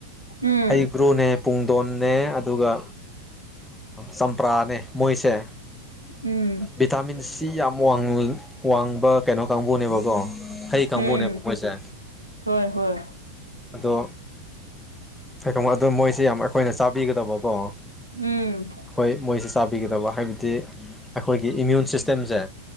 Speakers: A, on the right (about 85°); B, in the centre.
A: ꯎꯝ
B: ꯍꯩꯒ꯭ꯔꯨꯅꯦ ꯄꯨꯡꯗꯣꯟꯟꯅ ꯑꯗꯨꯒ ꯆꯝꯄ꯭ꯔꯥꯅꯦ ꯃꯣꯏꯁꯦ
A: ꯎꯝ
B: ꯚꯤꯇꯥꯃꯤꯟꯁꯤ ꯌꯥꯝꯡ ꯋꯥꯡꯕ ꯀꯩꯅꯣ ꯀꯥꯡꯕꯨꯅꯦꯕꯀꯣ ꯍꯩ ꯀꯥꯡꯕꯨꯅꯦꯕ
A: ꯎꯝ
B: ꯃꯣꯏꯁꯦ
A: ꯍꯣꯏ ꯍꯣꯏ
B: ꯑꯗꯣ ꯀꯒꯨꯝ ꯑꯗꯣ ꯃꯣꯏꯁꯦ ꯌꯥꯝ ꯑꯩꯈꯣꯏꯅ ꯆꯥꯕꯤꯒꯗꯕꯀꯣ
A: ꯎꯝ
B: ꯑꯩꯈꯣꯏ ꯃꯣꯏꯁꯦ ꯆꯥꯕꯤꯒꯗꯕ ꯍꯥꯏꯕꯗꯤ ꯑꯩꯈꯣꯏꯒꯤ ꯏꯃ꯭ꯌꯨꯟ ꯁꯤꯁꯇꯦꯝꯁꯦ